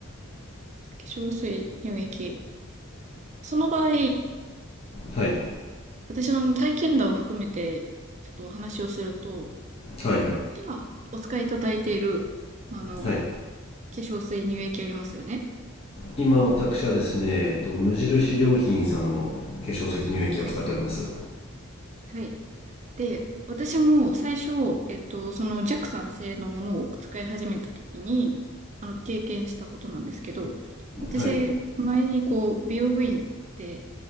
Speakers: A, on the right (about 35°); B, on the left (about 30°).
A: 化粧水、乳液。その場合、
B: はい
A: 私のの体験談を含めて、ちょっとお話をすると、
B: はいはい
A: あの、今お使いいただいている、まああの、
B: はい
A: 化粧水、乳液ありますよね。
B: 今私はですね、えっと、無印良品さんの化粧水と乳液を使っております
A: はい。はい。で、私も最初、えっと、そのジャクさん製のものを使い始めた時に、あの、経験したことなんですけど、私、
B: はいはい
A: 前にこう、美容部員って、